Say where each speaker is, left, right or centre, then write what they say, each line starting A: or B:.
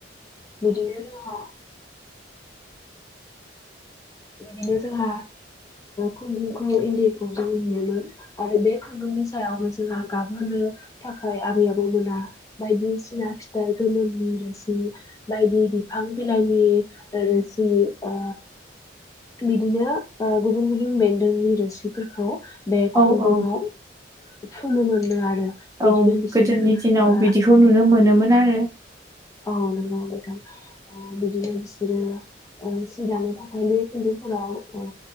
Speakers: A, on the left; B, on the right.
A: बिदिनो जोंहा बिदिनो जोंहा खुन्दुंखौ इन्दिखौ जों नुयोमोन आरो बे खुन्दुं नि सायावनो जोंहा गाबहोनो थाखाय आबै आबौ मोना बायदिसिना फिथाइ गोमति रोसि बायदि बिफां बिलाइनि रोसि ओ बिदिनो गुबुन गुबुन बेन्दोंनि रोसिफोरखौ बे
B: औ
A: खुन्दुंङाव
B: औ
A: फुनो मोननो आरो। बिदिनो
B: औ
A: बिसोरो
B: गोदोनि दिनाव
A: ओ
B: बिदिखौ नुनो मोनोमोन आरो।
A: औ! नोंगौ नोथां बिदिनो बिसोरो ओ सि दानो थाखाय बे खुन्दुंफोराव ओ